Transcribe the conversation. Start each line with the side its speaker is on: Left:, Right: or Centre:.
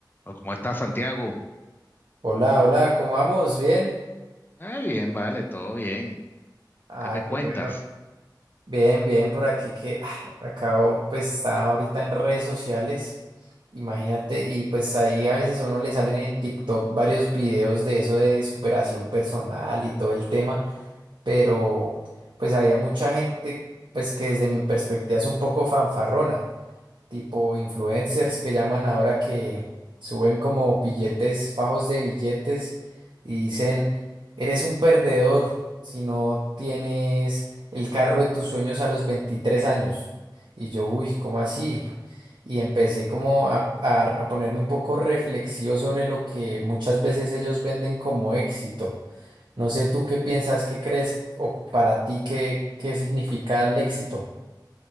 Left: Oh, ¿Cómo estás, Santiago?
Right: Hola, hola, ¿cómo vamos? ¿Bien?
Left: Ah, bien, vale, todo bien.
Right: Ah,
Left: ¿Qué me cuentas?
Right: qué bueno. Bien, bien, por aquí que ah, acabo, pues está ahorita en redes sociales, imagínate, y pues ahí a veces a uno le salen en TikTok varios videos de eso de superación personal y todo el tema, pero pues había mucha gente, pues que desde mi perspectiva es un poco fanfarrona. tipo influencers que llaman ahora que suben como billetes, fajos de billetes y dicen, eres un perdedor si no tienes el carro de tus sueños a los 23 años. Y yo, uy, ¿cómo así? Y empecé como a, a- a ponerme un poco reflexivo sobre lo que muchas veces ellos venden como éxito. No sé tú qué piensas, qué crees o para ti qué, qué significa el éxito.